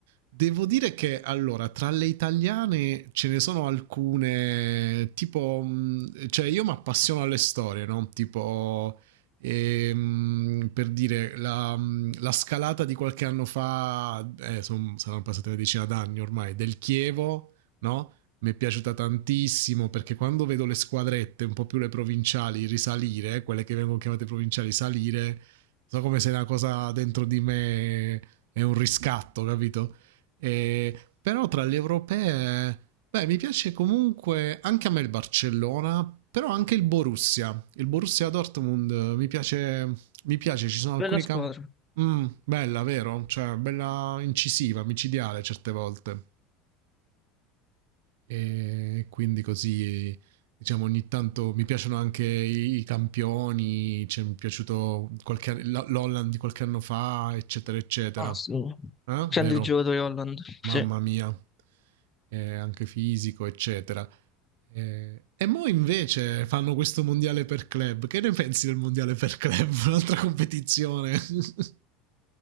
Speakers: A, on the right (about 80°); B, on the left (about 20°).
A: devo dire che allora, tra le italiane ce ne sono alcune, tipo, mh, cioè io mi appassiono alle storie, no? Tipo, ehm, per dire, la, mh, la scalata di qualche anno fa, eh, son- saranno passate una decina d'anni ormai, del Chievo, no? mi è piaciuta tantissimo perché quando vedo le squadrette, un po' più le provinciali, risalire, quelle che vengono chiamate provinciali, salire, so come se una cosa dentro di me è un riscatto, capito? E, però tra le europee, beh, mi piace comunque anche a me il Barcellona, però anche il Borussia, il Borussia Dortmund mi piace, mi piace ci sono alcuni
B: Bella squadra.
A: campi. Mm, bella, vero? Cioè, bella incisiva, micidiale certe volte. E quindi così, diciamo, ogni tanto mi piacciono anche i i campioni, cioè, mi è piaciuto qualche, la- l'Holland di qualche anno fa, eccetera, eccetera.
B: Ah, sì.
A: Eh?
B: Grande
A: Vero?
B: giocatore Holland,
A: Mamma
B: sì.
A: mia, Eh, anche fisico, eccetera. Eh, e mo invece fanno questo mondiale per club. Che ne pensi del mondiale per club? <laughs> Un'altra competizione. <laughs>